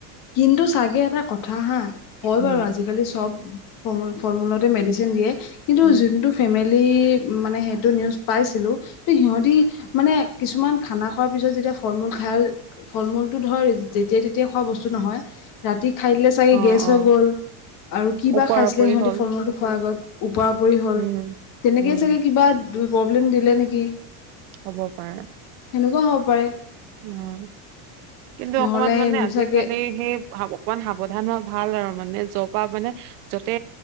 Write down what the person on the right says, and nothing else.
উম
উম
অ
অ
ওপৰা
ওপৰি
হ'ল
উম
উম
হ'ব পাৰে।
উম, কিন্তু
অকমান মানে আজিকালি
সেই ভাব অকমান সাৱধান হোৱা ভাল আৰু মানে যৰ পৰা মানে যতে